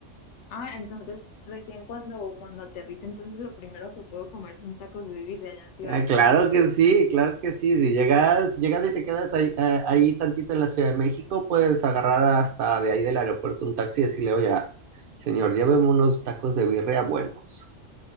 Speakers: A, on the left (about 70°); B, on the right (about 55°).
A: Ah, entonces recién cuando, cuando aterrice, entonces lo primero que puedo comer son tacos de birria allá en Ciudad
B: Ah,
A: de
B: claro
A: México.
B: que sí, claro que sí. Si llegas, si llegas y te quedas ahí, ah, ahí tantito en la Ciudad de México, puedes agarrar hasta de ahí del aeropuerto un taxi y decirle, oye, señor, lléveme unos tacos de birria buenos.